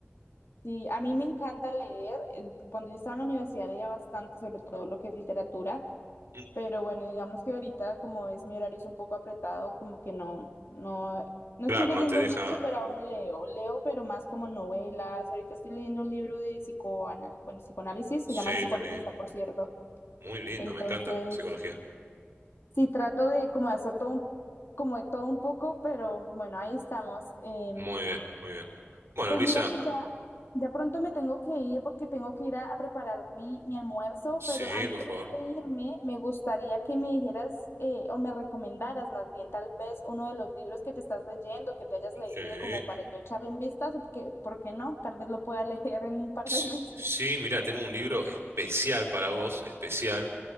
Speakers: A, on the left; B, on the right.
A: sí, a mí me encanta leer. eh, Cuando yo estaba en la universidad leía bastante, sobre todo lo que es literatura.
B: Mm.
A: Pero bueno, digamos que ahorita como es mi horario es un poco apretado, como que no, no, no
B: Claro,
A: estoy leyendo
B: no te deja...
A: mucho, pero aún leo. Leo, pero más como novelas. Ahorita estoy leyendo un libro de psicoanal, bueno, psicoanálisis, se
B: Sí,
A: llama El psicoanalista,
B: qué lindo.
A: por cierto.
B: Muy lindo,
A: Entonces,
B: me encanta psicología.
A: sí trato de como de hacer todo un- como de todo un poco, pero bueno, ahí estamos. Em,
B: Muy bien, muy bien. Bueno,
A: pues
B: Luisa,
A: mira que ya, ya pronto me tengo que ir porque tengo que ir a, a preparar mi, mi almuerzo,
B: sí,
A: pero antes
B: por favor.
A: de irme me gustaría que me dijeras eh, o me recomendaras más bien tal vez uno de los libros que te estás leyendo, que te hayas leído
B: Sí.
A: como para yo echarle un vistazo, porque, ¿por qué no? Tal vez lo pueda <laughs> leer en un par
B: Sí,
A: de meses.
B: sí, mira, tengo un libro especial para vos, especial.